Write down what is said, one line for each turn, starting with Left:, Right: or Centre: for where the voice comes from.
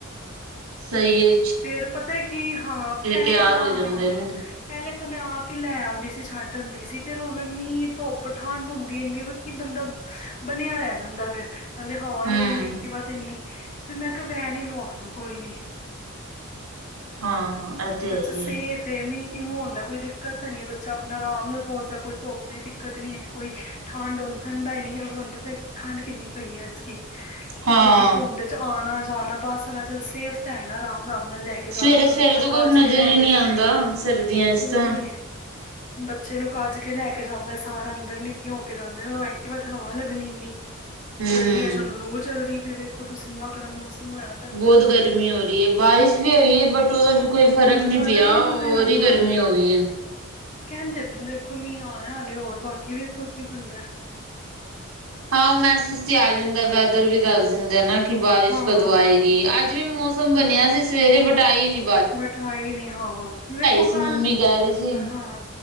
Right: ਸਹੀ ਏ।
Left: ਫੇਰ ਪਤਾ ਕੀ! ਹਾਂ! ਪਹਿਲੇ
Right: ਤਿਆਰ
Left: ਤਾਂ,
Right: ਹੋ ਜਾਂਦੇ
Left: ਹਾਂ!
Right: ਨੇ
Left: ਪਹਿਲੇ ਤਾਂ ਮੈਂ ਆਪ ਹੀ ਲੈ ਆਦੀ ਸੀ। ਛੱਡ ਆਦੀ ਸੀ। ਫੇਰ ਹੁਣ ਮੀਂਹ, ਧੁੱਪ, ਠੰਡ ਹੁੰਦੀ ਇੰਨੀ ਵ ਕਿ ਬੰਦਾ ਬਣਿਆ ਰਹਿ ਜਾਂਦਾ, ਫੇਰ। ਹਲੇ ਹਵਾ
Right: ਹਮ
Left: ਲੱਗਣੀ ਐਕਟੀਵਾ ਤੇ ਇੰਨੀ ਤੇ ਫਿਰ ਮੈਂ ਕਿਹਾ ਵੇਨ ਹੀ ਲਵਾ ਦੋ ਕੋਈ ਨੀ। <unintelligible> ਮੀ <unintelligible>
Right: ਹਾਂ ਇਹ ਤੇ ਹੈ ਹੀ ਹੈ
Left: ਮੁਹ ਆਂਦਾ, ਕੋਈ ਦਿੱਕਤ ਤਾਂ ਨਈ ਏ, ਬੱਚਾ ਆਪਣਾ ਆਰਾਮ ਨਾਲ ਪਹੁੰਚਦਾ, ਕੋਈ ਧੁੱਪ ਦੀ ਦਿੱਕਤ ਨੀ ਐ। ਕੋਈ। ਠਾਂਡ ਹੋਣ, ਠੰਡਾ ਹੀ ਨੀ ਏ। ਤੁਹਾਨੂੰ ਪਤਾ ਏ ਠਾਂਡ ਕਿੰਨੀ ਪਈ ਐ, ਐਤਕੀ।
Right: ਹਾਂ
Left: ਤੇ, ਇਡੀ ਧੁੰਦ ਚ ਆਣਾ ਜਾਣਾ ਬਸ ਆਲਾ ਚਲ ਸੇਫ ਤਾਂ ਏ ਨਾ, ਆਰਾਮ ਰਾਮ ਨਾਲ ਲੈ ਕੇ। ਕੇ
Right: ਸਵੇਰੇ
Left: ਜਾਣ ਆਪਣਾ
Right: ਸਵੇਰੇ
Left: ਬੱਚਾ,
Right: ਤਾਂ ਕੁਛ
Left: ਕੱਜ
Right: ਨਜ਼ਰ
Left: ਕੇ ਲੈ
Right: ਹੀ
Left: ਕੇ
Right: ਨਹੀਂ
Left: ਜਾਣ,
Right: ਆਉਂਦਾ ਸਰਦੀਆਂ ਚ
Left: ਓਇ।
Right: ਤਾਂ
Left: ਬੱਚੇ ਨੂੰ ਕੱਜ ਕੇ ਲੈ ਕੇ ਜਾਂਦਾ, ਸਾਰਾ ਅੰਦਰ ਨਿੱਘ ਹੋ ਕੇ ਜਾਂਦਾ, ਓਹ ਐਕਟਿਵਾ ਤੇ ਹਵਾ ਲੱਗਣੀ ਇੰਨੀ।
Right: ਹਮ
Left: ਗਰਮੀਆਂ ਵਿੱਚ ਹੁਣ ਲੂਅ ਚੱਲਦੀ ਪਈ ਵੇ, ਵੇਖੋ ਤੁਸੀਂ ਇੰਨਾ ਗਰਮ ਮੌਸਮ ਹੋਇਆ। ਦਾ
Right: ਬਹੁਤ ਗਰਮੀ ਹੋ ਰਹੀ ਏ, ਬਾਰਿਸ਼ ਵੀ ਹੋਈ ਏ। ਬਟ ਉਹਦਾ ਵੀ ਕੋਈ ਫਰਕ
Left: ਹੂੰ
Right: ਨੀ ਪਿਆ,
Left: ਹੀ ਨੀ ਪਿਆ
Right: ਔਰ
Left: ਨਾ
Right: ਈ ਗਰਮੀ ਹੋ ਗਈ ਏ।
Left: ਕਹਿੰਦੇ ਪੈਂਦੇ ਦੇਖੋ ਮੀਹ ਆਣਾ ਅਲੇ ਹੋਰ, ਬਾਕੀ ਵੇਖੋ ਕੀ ਬਣਦੈ।
Right: ਹਾ, ਮੈਸਜ਼ ਤੇ ਆ ਜਾਂਦਾ, ਵੈਦਰ ਵੀ ਦੱਸ ਦਿੰਦਾ ਏ ਨਾ ਕਿ, ਬਾਰਿਸ਼
Left: ਹਾਂ
Right: ਕਦੋਂ ਆਏਗੀ, ਅੱਜ ਵੀ ਮੌਸ ਸ <unintelligible> ਬਣਿਆ
Left: ਹੂੰ
Right: ਸੀ। ਸਵੇਰੇ ਬਟ ਆਈ ਨੀ।
Left: ਬਟ ਆਈ ਨੀ, ਹਾਂ, ਵੇਖੋ
Right: ਸੀ
Left: ਕੱਲ?
Right: ਮੰਮੀ ਕਹਿ ਰਹੀ ਸੀ
Left: ਹਾਂ।